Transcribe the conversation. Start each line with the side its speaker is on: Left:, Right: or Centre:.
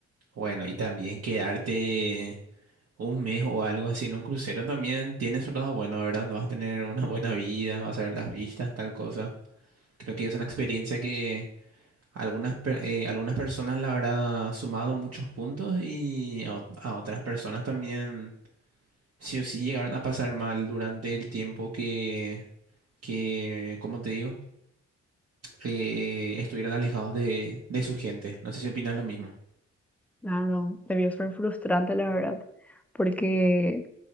Right: bueno, y también quedarte un mes o algo así en un crucero también tiene su lado bueno, ¿verdad? Vas a tener una buena vida, vas a ver las vistas, tal cosa. Creo que es una experiencia que algunas, per- eh, algunas personas la habrá sumado muchos puntos y a, ot- a otras personas también sí o sí llegaron a pasar mal durante el tiempo que, que, como te digo? eh, estuvieran alejados de, de su gente. No sé si opinas lo mismo.
Centre: Claro, debió ser frustrante, la verdad, porque